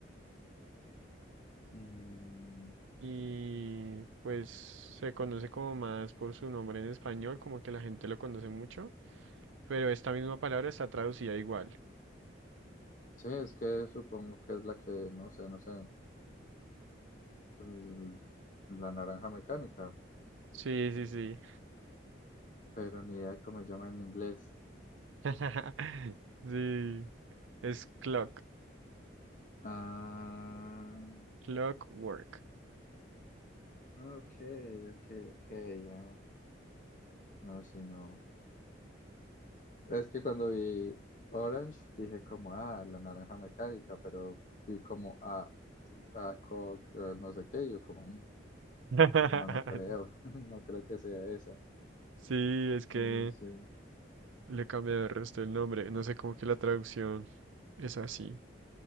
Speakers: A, on the left; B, on the right.
A: Mm,
B: Y pues se conoce como más por su nombre en español, como que la gente lo conoce mucho. Pero esta misma palabra está traducida igual.
A: Sí, es que supongo que es la que, no sé, no sé, l- la naranja mecánica,
B: Sí, sí, sí.
A: pero ni idea de cómo se llama en inglés.
B: <laughs> Sí, es clock,
A: Ah,
B: clockwork.
A: ok, ok, ok, ya. No, sí, no. Es que cuando vi Orange dije como, ah, la naranja mecánica, pero vi como, ah, sí, ah, Coke, ah, no sé qué, y yo como, "Mm,
B: <laughs>
A: no, no creo, <laughs> no creo que sea esa,
B: Sí, es que
A: pero sí,
B: le cambié el resto del nombre. No sé cómo que la traducción es así,